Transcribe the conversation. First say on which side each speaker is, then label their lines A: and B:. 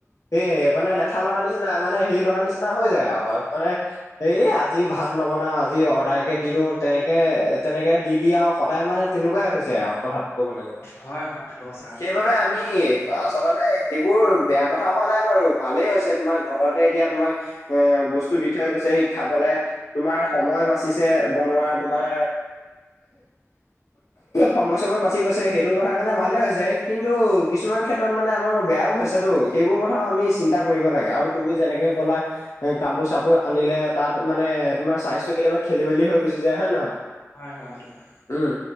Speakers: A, on the left; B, on the left.
A: এই মানে লেঠা লগা নিচিনা মানে হেৰি লগা নিচিনা হয় যায় আৰু মানে এই আজি ভাত নবনাও আজি অৰ্ডাৰ কে দি দিওঁ তেনেকে তেনেক কে দি- দি আৰু সদায় মানে তেনেকুৱাই হৈছে আৰু কথাটো ক'বলৈ গ'লে,
B: হয় হয় সেইটো সঁচা
A: সেইবাবে আমি আচলতে সেইবোৰ বেয়া কথা হোৱা নাই বাৰু ভালেই হৈছে তোমাৰ ঘৰতে এতিয়া তোমাক এ বস্তু দি থৈ গৈছে হি খাবলে তোমাৰ সময় বাচিছে বনোৱাৰ তোমাৰ সময়-চময় বাচি গৈছে সেইটো কথা কাৰণে ভালে হৈছে কিন্তু কিছুমান ক্ষেত্ৰত মানে আমাৰ বেয়াও হৈছেতো সেইবোৰ কথাও আমি চিন্তা কৰিব লাগে আৰু তুমি যেনেকে ক'লা এ কাপোৰ চাপোৰ আনিলে তাত মানে তোমাৰ চাইজটো কেতিয়াবা খেলি মেলি হৈ গুচি যায় হয় নহয়।
B: হয় হয় সেইটো হয়
A: উম